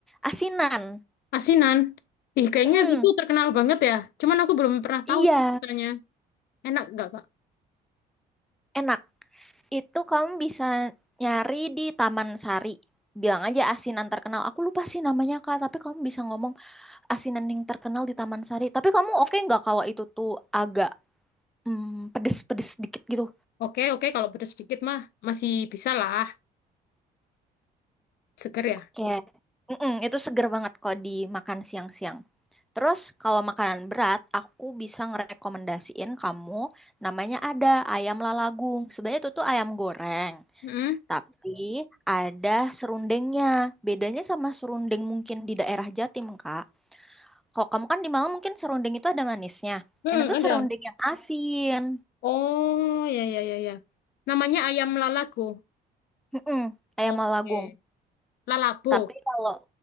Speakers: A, in the centre; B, on the left (about 70°).
A: Asinan.
B: Asinan. Ih kayaknya
A: Mm,
B: itu terkenal banget ya. Cuman aku belum pernah tahu
A: iya,
B: katanya. Enak nggak kak?
A: enak. Itu kamu bisa nyari di Taman Sari. Bilang aja asinan terkenal. Aku lupa sih namanya Kak, tapi kamu bisa ngomong asinan yang terkenal di Taman Sari. Tapi kamu oke nggak kalau itu tuh agak mm, pedes-pedes dikit gitu?
B: Oke oke kalau pedas sedikit mah masih bisa lah. Seger ya?
A: Kayak, Mm-mm, itu seger banget kalau dimakan siang-siang. Terus kalau makanan berat, aku bisa ngerekomendasiin kamu namanya ada ayam lalagung. Sebenarnya itu tuh ayam goreng.
B: mm
A: Tapi ada serundengnya. Bedanya sama serundeng mungkin di daerah Jatim, Kak. Kalau kamu kan di Malang mungkin serundeng itu ada manisnya.
B: Hmm,
A: Ini tuh
B: ada.
A: serundeng yang asin.
B: Oh, ya, ya, ya, ya. Namanya ayam lalago.
A: Mm-mm, ayam
B: Oke.
A: Malagung.
B: Lalago.
A: Tapi kalau